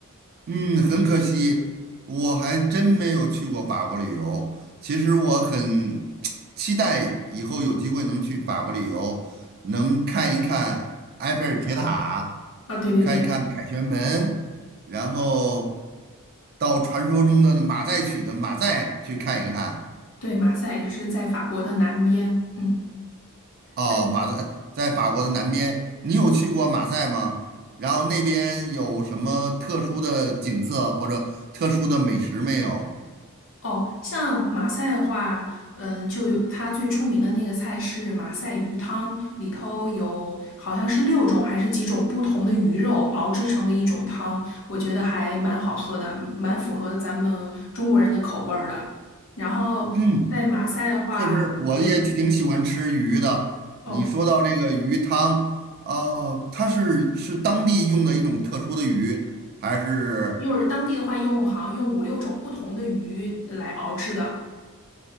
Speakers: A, on the right (about 45°); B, on the left (about 60°).
A: 嗯，很可惜，我还真没有去过法国旅游。其实我很 <tsk> 期待以后有机会能去法国旅游，能看一看埃菲尔铁塔，
B: 啊，对对对
A: 看一看凯旋门，然后到传说中的马赛曲的马赛去看一看。
B: 对，马赛也是在法国的南边。嗯，
A: 哦，
B: 那你
A: 法在在法国的南边，你有去过马赛吗？然后那边有什么特殊的景色或者特殊的美食没有？
B: 哦，像马赛的话，嗯，就有它最出名的那个菜是马赛鱼汤，里头有好像是六种还是几种不同的鱼肉熬制成的一种汤，我觉得还蛮好喝的，嗯蛮符合咱们中国人的口味儿的。然后在马赛的话，
A: 嗯。确实，我也挺喜欢吃鱼的。
B: 有一。哦，
A: 你说到这个鱼汤，哦，它是是当地用的一种特殊的鱼，还是？
B: 就是当地的话用好像用五六种不同的鱼来熬制的，